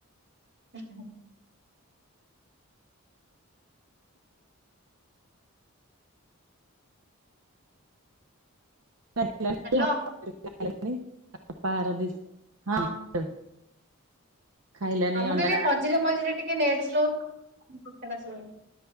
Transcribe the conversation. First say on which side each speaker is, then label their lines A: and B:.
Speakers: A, on the right; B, on the right.
A: <inaudible>
B: <inaudible>
A: ହ୍ୟାଲୋ ହଁ।
B: ଖାଇଲାନି
A: ଆ ମୁକୁ
B: ଅଣ୍ଡା
A: କହିଲେ ମଝିରେ ମଝିରେ ଟିକେ ନେଡ ସ୍ଲୋ <inaudible>